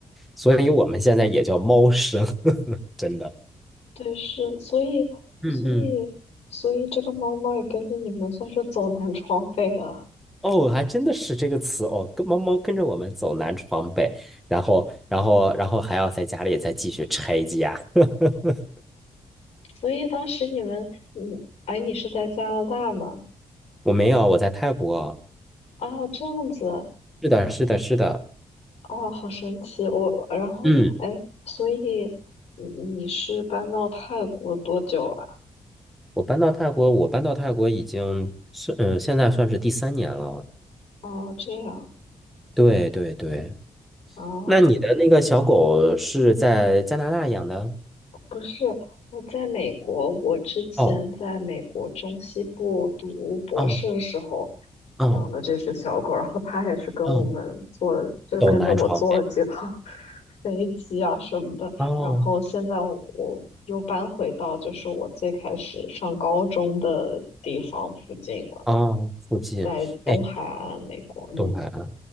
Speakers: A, in the centre; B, on the left (about 60°).
A: 所以我们现在也叫猫生，<laughs> 真的。
B: 对，是，所以所以所以这个猫猫也跟着你们算是走南闯北了。
A: 嗯嗯，哦，还真的是这个词哦，跟猫猫跟着我们走南闯北，然后，然后，然后还要在家里再继续拆家。<laughs>
B: 所以当时你们，你，哎，你是在加拿大吗？
A: 我没有，我在泰国。
B: 啊，这样子，
A: 是的，是的，是的。
B: 啊，好神奇。我，然后，
A: 嗯，
B: 哎，所以你你是搬到泰国多久了？
A: 我搬到泰国，我搬到泰国已经是嗯，现在算是第三年了。
B: 哦，这样
A: 对对对。
B: 啊，
A: 那你的那个小狗是在加拿大养的？
B: 不是，我在美国，我之前在美国中西部读博士的时候
A: 哦哦哦
B: 养的这只小狗，然后它也是跟我们坐了，
A: 哦，
B: 就跟着我坐了几趟
A: 走南闯北。
B: <laughs> 飞机啊什么的。
A: 哦
B: 然后现在我我又搬回到就是我最开始上高中的地方附近了，
A: 哦，附近，
B: 在东海岸美国。
A: 哎，
B: 嗯
A: 东海啊，